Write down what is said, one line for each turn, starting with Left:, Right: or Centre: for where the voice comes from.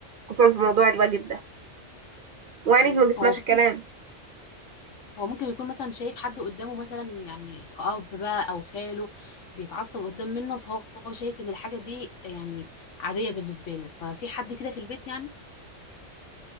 Right: خصوصا في موضوع الواجب ده وعنيد
Left: مم،
Right: ما بيسمعش
Left: هو بصي
Right: الكلام
Left: هو ممكن يكون مثلا شايف حد قدامه مثلا يعني كأب بقى أو خاله بيتعصب قدام منه فهو شايف إن الحاجة دي يعني عادية بالنسبة له ففي حد كده في البيت يعني